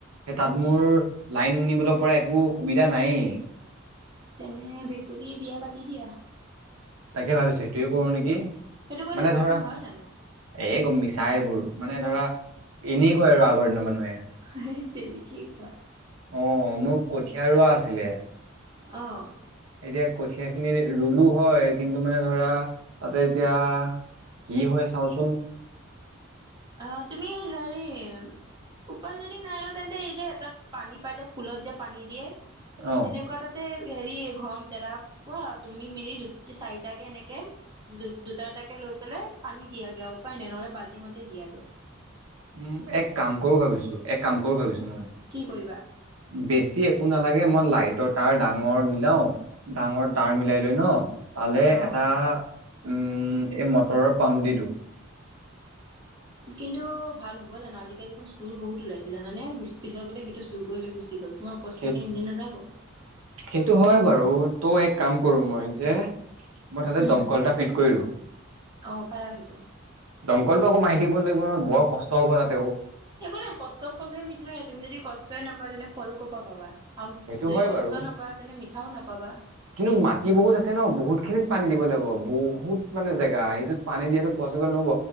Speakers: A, on the right; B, on the right.
A: সে তাত মোৰ লাইন নিবলৈ পৰা একো সুবিধা নাই
B: তেনে ভেকুলীয়ে বিয়া পাতি দিয়া।
A: তাকে ভাবিছোঁ সেইটোৱে কৰো নেকি
B: সেইটো কৰিলে
A: মানে
B: বৰষুণ
A: ধৰা
B: হয় জানো?
A: এ গম মিছা এইবোৰ মানে ধৰা এনে কয় আৰু আগৰ দিনৰ মানুহে।
B: হেই তেৰি কি কোৱা?
A: অ', মোৰ কঠীয়া ৰোৱা আছিলে।
B: অ'।
A: এতিয়া কঠীয়া খিনি ৰুলো হয়, কিন্তু মানে ধৰা। তাতে এতিয়া কি হয় চাওঁচোন।
B: অ', তুমি হেৰি। উপায় যদি নাই আৰু তেন্তে এই যে, এটা পানী পাই যে ফুলত যে পানী দিয়ে
A: অ
B: তেনেকুৱা এটাত। তেই হেৰি ঘৰম দাদৱক কোৱা তুমি মিলি দুটি, চাৰিটাকে এনেকে। দু- দুটা, দুটাকে লৈ পেলাই পানী দিয়াগে আৰু উপায় নাই নহ'লে বাল্টিঙতে দিয়া গৈ।
A: উম', এক কাম কৰো ভাবিছো, এক কাম কৰো ভাবিছো মই।
B: কি কৰিবা
A: বেছি একো নালাগে মই লাইটৰ তাঁৰ ডাঙৰ মিলাওঁ। ডাঙৰ তাঁৰ মিলাই লৈ ন। তালে
B: অ
A: এটা উম, এই মটৰৰ পাম্প দি দিওঁ।
B: কিন্তু ভাল হ'ব জানো, আজিকালি দেখোন চুৰ বহুত ওলাইছে জানানে বি- পিছৰ বোলে সেইটো চুৰ। গৈ, লৈ গুচি গ'ল তোমাৰ কষ্টখিনি
A: সেই
B: এনেই নাযাব।
A: সেইটো হয় বাৰু ত' এক কাম কৰো মই যে! মই তাতে
B: উম
A: দমকলএটা ফিট কৰিলো।
B: অ পাৰা সেইটো
A: দমকলটো আকৌ মাৰি থাকিব নাগিব নহয় বৰ কষ্ট হব তাতেওঁ
B: একো নাই কষ্টৰ ফলহে মিঠাই, তুমি যদি কষ্টই নকৰা তেনে ফল ক'ৰ পৰা পাবা। হাম
A: সেইটো
B: যদি
A: হয়
B: কষ্ট
A: বাৰু
B: নকৰা তেনে মিঠাও নাপাবা।
A: কিন্তু মাটি বহুত আছে ন, বহুত খিনিত পানী দিব লাগিব, বহুত মানে জেগা সেইটোত পানী দিয়াটো পচিবল নহ'ব